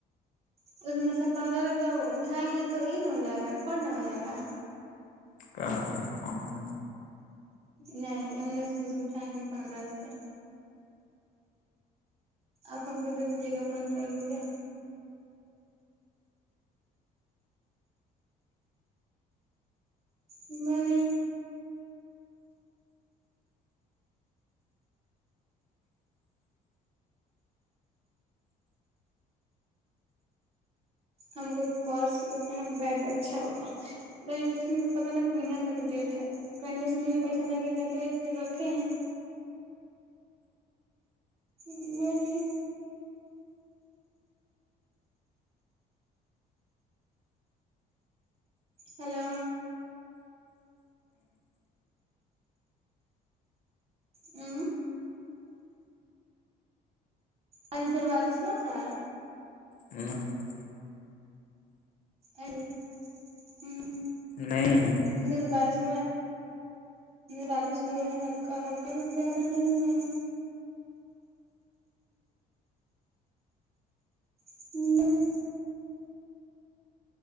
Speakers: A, on the right (about 35°); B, on the left (about 50°).
A: تو اس میں سے پندرہ روپئے اٹھائیں گے تو ای نہ ہو جائے گا کھولنا ہو جائے گا
B: ک کھان
A: نہیں ام نےس اٹائیں گے پندرہ روپے آپ ہم کو دے دیجیے گا پندرہ روپیہ ہم میں نے ہم کو پرس لینا ہے بیگ اچھا والا رج اسٹیشن کا پتہ ن کہاں تک ڈٹ ہے پنے اس میں بھی پیسہ لگے گا تو اس لیے رکھے ہیں نہیںونی ہلو ہ آ در باری شو تھا
B: نہ <unintelligible> <inaudible>
A: ا ہوں
B: نہیں
A: انر باری صب بارش ہوا ہے ہلکا ہلکا بھی زیادہ نہیں ہوا ہے ہے